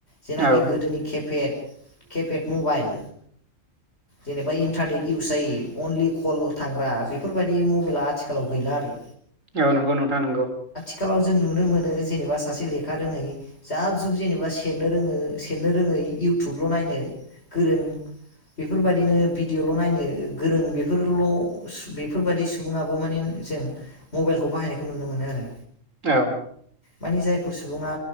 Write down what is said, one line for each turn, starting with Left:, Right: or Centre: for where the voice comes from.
Left: जेनाखि
Right: औ
Left: गोदोनि केपेड केपेड मबाइल जेनेबा इन्टारनेट इउस जायो अनलि कल ल' थांग्रा बेफोरबायदि मबेला आथिखालाव गैला आरो।
Right: औ नंगौ नोंथां नोंगौ
Left: आथिखालाव जों नुनो मोनो जेनेबा सासे लेखा रोङै जाब जुब जेनेबा सेरनो रोङो सेरनो रोङै इउटुबल' नायनो गोरों बेफोरबादिनो भिडिअ'ल' नायनो गोरों बेफोरल' बेफोरबायादि सुबुङाबो माने जों मबाइलखौ बाहायनायखौ नुनो मोनो आरो।
Right: औ
Left: माने जायफोर सुबुङा